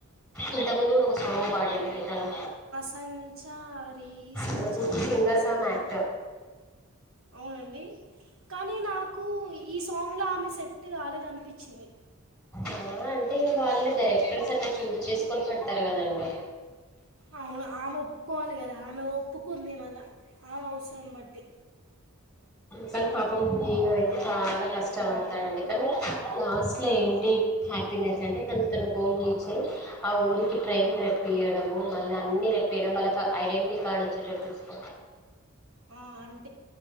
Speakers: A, in the centre; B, on the right.
A: ఇంత ముందు కూడ ఒక సాంగ్ పాడిందండి తను
B: సంచారి సంచారి
A: అలా గుర్ సింగర్క
B: అదే సాంగ్
A: మాట్
B: కదా అవునండి కానీ నాకు ఈ సాంగ్లో ఆమె సెట్ కాలేదని అనిపిచ్చింది
A: ఆ అంటే ఇక వాళ్ళు డైరెక్టర్స్ అట్టా చూజ్ చేసుకొని పెడతారు కదండి
B: అవును ఆమె ఒప్పుకోవాలి కదా ఆమె ఒప్పుకుంది మళ్ళ ఆమె అవసరం బట్టి
A: కానీ పాపం హీరో అయితే చాల కష్టపడతాడంండి కానీ లాస్ట్లో
B: అవును
A: ఏంటి హ్యాపీనెస్ అంటే తన న గోల్ రీచ్ అయ్యి ఆ ఊరికి ట్రైన్ రెప్పియడము మళ్ళీ అన్ని తేప్పియడం వాళ్ళకి ఐడెంటి టి కార్డ్ వచ్చేటట్టుచూసు
B: ఆ అ